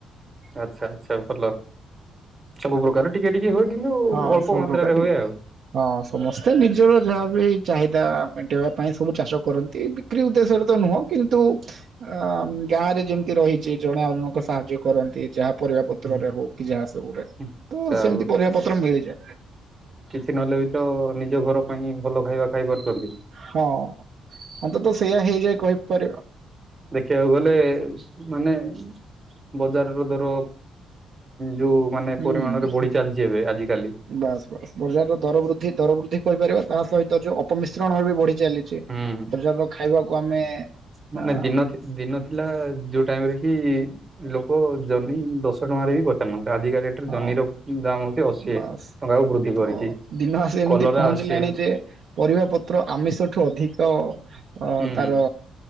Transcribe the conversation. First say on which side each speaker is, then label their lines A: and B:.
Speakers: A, on the right; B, on the right.
A: ଆଚ୍ଛା ଆଚ୍ଛା ଭଲ। ସବୁ ପ୍ରକାର ଟିକେ ଟିକେ ହୁଏ କିନ୍ତୁ
B: ହଁ
A: ଅଳ୍ପ
B: ସବୁ
A: ମାତ୍ରାରେ
B: ପ୍ରକାର ଟିକେ
A: ହୁଏ ଆଉ।
B: ହଁ ସମସ୍ତେ ନିଜର ଯାହା ବି ଚାହିଦା ମେଣ୍ଟେଇବା ପାଇଁ ସବୁ ଚାଷ କରନ୍ତି ବି କ୍ରି ଉଦ୍ଦେଶ୍ୟରେ ତ ନୁହଁ କିନ୍ତୁ ଅ ଗାଁରେ ଯେମିତି ରହିଛି ଜଣେ ଆଉଜଣଙ୍କୁ ସାହାଯ୍ୟ କରନ୍ତି ଯାହା ପରିବା ପତ୍ରରେ
A: ହୁଁ।
B: ହଉ କି ଯାହା ସବୁରେ
A: ଆଚ୍ଛା
B: ତ ସେମିତି
A: ଆଉ
B: ପରିବା ପତ୍ର ମିଳିଯାଏ।
A: କିଛି ନହେଲେ ବି ତ ନିଜ ଘର ପାଇଁ ଭଲ ଖାଇବା ଖାଇ ପାରୁଚନ୍ତି।
B: ହଁ ଅନ୍ତତ ସେଇଆ ହେଇଯାଏ କହିପାରିବ।
A: ଦେଖିବାକୁ ଗଲେ ମାନେ ବଜାରର ଦର ଯୋଉ ମାନେ
B: ହୁଁ।
A: ପରିମାଣରେ ବଢ଼ି ଚାଲିଚି ଏବେ ଆଜିିକାଲି
B: ବାସ୍ ବାସ୍ ବଜାରର ଦର ବୃଦ୍ଧି ଦର ବୃଦ୍ଧି କହିପାରିବା ତା ସହିତ ଯୋଉ ଅପମିଶ୍ରଣ ବି ବଢ଼ି ଚାଲି ଚି
A: ହୁଁ
B: ବଜାରର ଖାଇବାକୁ ଆମେ
A: ମାନେ
B: ଅ
A: ଦିନ ଦିନ ଥିଲା ଯୋଉ ଟାଇମ୍ ରେ କି ଲୋକ ଜନି ଦଶ ଟଙ୍କାରେ ବି ପଚାରୁନାହାନ୍ତି ଆଜିକାଲି
B: ହଁ
A: ଜହ୍ନିର ଦାମ ହଉଛି ଅଶିଏ
B: ବାସ୍
A: ଟଙ୍କାକୁ ବୃଦ୍ଧି
B: ତ
A: କରିଚି
B: ଦିନ ଆସି ଏମିତି
A: କଲରା
B: ପହଞ୍ଚିଲାଣି
A: ଅଶିଏ।
B: ଯେ ପରିବା ପତ୍ର ଆମିଷଠୁ ଅଧିକ ଅ
A: ହୁଁ
B: ତାର